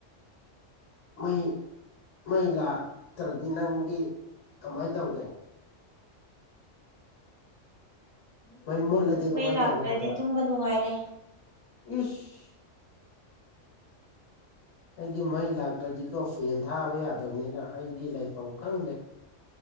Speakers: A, on the left; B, on the right.
A: ꯃꯩ ꯃꯩ ꯂꯥꯛꯇ꯭ꯔꯗꯤ ꯅꯪꯗꯤ ꯀꯃꯥꯏꯅ ꯇꯧꯒꯦ ꯃꯩ ꯃꯨꯠꯂꯗꯤ ꯀꯃꯥꯏꯅ
B: ꯃꯩ ꯂꯥꯛꯇ꯭ꯔꯗꯤ
A: ꯇꯧꯒꯦ ꯍꯥꯏꯕ
B: ꯇꯨꯝꯕ ꯅꯨꯡꯉꯥꯏꯔꯦ
A: ꯏꯁ ꯑꯩꯗꯤ ꯃꯩ ꯂꯥꯛꯇ꯭ꯔꯗꯤꯀꯣ ꯐꯦꯟ ꯊꯥꯕ ꯌꯥꯗꯕꯅꯤꯅ ꯑꯩꯗꯤ ꯂꯥꯏꯐꯝ ꯈꯪꯗꯦ